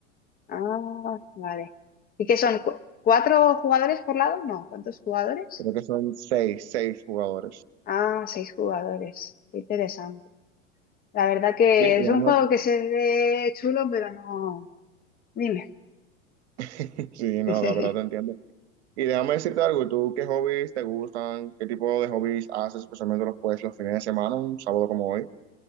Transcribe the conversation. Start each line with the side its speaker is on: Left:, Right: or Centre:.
Left: Ah, vale. ¿Y qué son? ¿Cu- ¿Cuatro jugadores por lado? No, ¿cuántos jugadores?
Right: Creo que son seis, seis jugadores.
Left: Ah, seis jugadores. Qué interesante. La verdad que
Right: Mira, déjame-
Left: es un juego que se ve chulo, pero no. Dime.
Right: <laughs> sí, no,
Left: <laughs>
Right: la verdad te entiendo. Y déjame decirte algo, ¿tú qué hobbies te gustan? ¿Qué tipo de hobbies haces, especialmente los, pues, los fines de semana, un sábado como hoy?